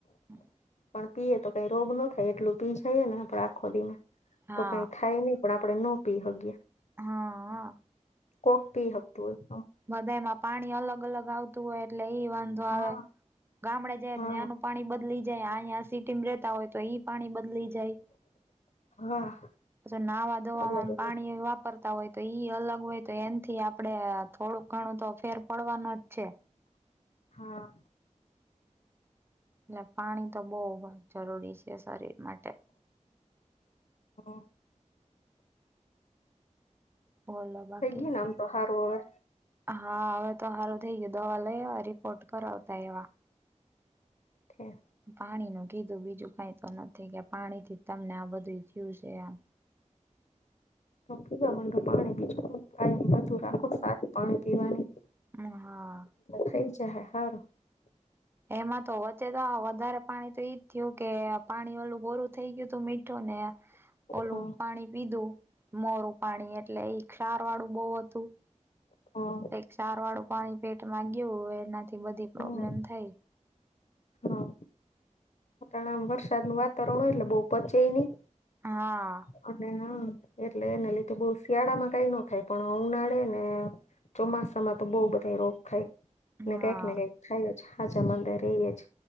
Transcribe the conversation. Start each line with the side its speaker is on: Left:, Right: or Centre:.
Right: હમ્મ
Left: પણ પીએ તો કઈ રોગ ન થાય એટલું પી જઈએ ને આપડે આખો દી મે
Right: હા
Left: તો કઈ થાય નહીં પણ આપણે ન પી હગિયે
Right: હા
Left: કોક પી હક તું હોય.
Right: બધાય માં પાણી અલગ અલગ આવતું હોય. એટલે ઈ વાંધો આવે.
Left: હા
Right: ગામડે જાય
Left: હા
Right: ને આનું પાણી બદલી જાય અહીં સિટી માં રેતા હોય તો એ પાણી બદલી જાય.
Left: હા.
Right: નાહવા ધોવામાં
Left: અલગ અલગ
Right: પાણી વાપરતા હોય તો ઈ અલગ હોય તો એનથી આપડે, થોડું ઘણું તો ફેર પડવા નું જ છે.
Left: હા.
Right: ને પાણી તો બહુ જરૂરી છે શરીર માટે.
Left: હા.
Right: બોલો બાકી
Left: થઈ ગયુ ને આમ તો હારું અવે.
Right: હા હવે તો હારુ થઇ ગયું દવા લઈ રિપોર્ટ કરાવતા એવા.
Left: છે.
Right: પાણી નો કીધું બીજું કઈ તો નથી કે પાણીથી તમને આ બધું જયું છે આમ.
Left: તો પીવા મડો પાણી બીજું હું <unintelligible> રાખો સાર પાણી પીવાની
Right: એમ હા
Left: ખાઈ જાય સારો
Right: એમાં તો વચ્ચે તો વધારે પાણી તો એઈજ થયું કે પાણી વાલું બોરું થઈ ગયું તું મીઠું ને ઓલું
Left: હા
Right: પાણી પીધું મોરું પાણી એટલે એ ક્ષાર વાળું બહુ હતું.
Left: હા.
Right: કઈક સાર વાળું પાણી પેટમાં ગયું એનાથી બધી
Left: હમ
Right: પ્રોબ્લેમ થાય.
Left: હા. આપણે આમ વરસાદ નું વાતાવરણ હોય એટલે બહુ પચે એ નહીં.
Right: હા.
Left: અને હા એટલે એને લીધે બહુ શિયાળા માં કઈ ન થાય પણ ઉનાળે ને ચોમાસા માં તો બહુ બધે રોગ થાય.
Right: હા
Left: ને કઈક ને કઈક થાય જ છે હાજામાદા રહીય જ